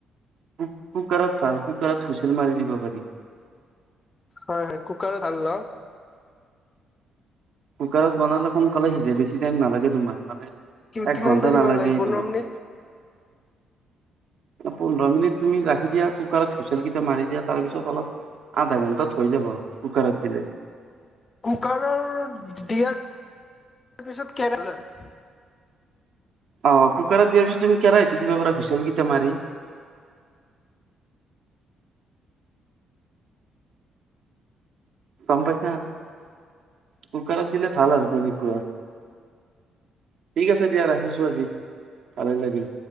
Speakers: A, on the right; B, on the left.
A: ক কুকাৰত ভাল কুকাৰত হুইচেল মাৰি দিব পাৰি।
B: হয় হয়, কুকাৰত ভাল ন।
A: কুকাৰত বনালে সোনকালে সিজে, বেছি টাইম নালাগে তোমাক মানে
B: কিমান
A: এক ঘণ্টা
B: দেৰি
A: নালাগে
B: মান লাগে পোন্ধৰ
A: তোমাৰ।
B: মিনিট
A: পোন্ধৰ মিনিট তুমি ৰাখি দিয়া কুকাৰত হুইচেল কেইটা মাৰি দিয়া, তাৰপিছত অলপ আধা ঘণ্টাত হৈ যাব, কুকাৰত দিলে।
B: কুকাৰ দিয়াৰ পিছত
A: অঁ কুকাৰত দিয়াৰ পিছত তুমি কেৰাহীটো দিব পাৰা হুচেইল কেইটা মাৰি। গম পাইচা? কুকাৰত দিলে ভাল আৰু তেনেকুৱা। ঠিক আছে দিয়া ৰাখিছোঁ আজি, ভালে লাগিল।